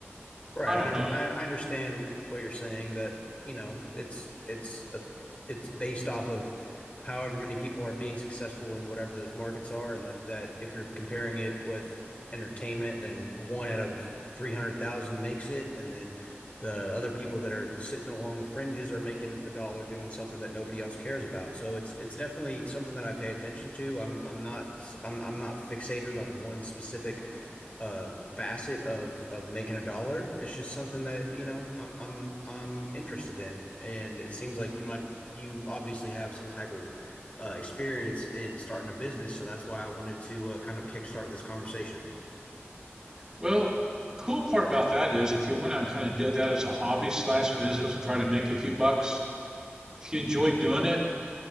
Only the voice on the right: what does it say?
I
don't know.
Well, the cool part about that is if you went out and kind of did that as a hobby slash business and tried to make a few bucks, if you enjoyed doing it,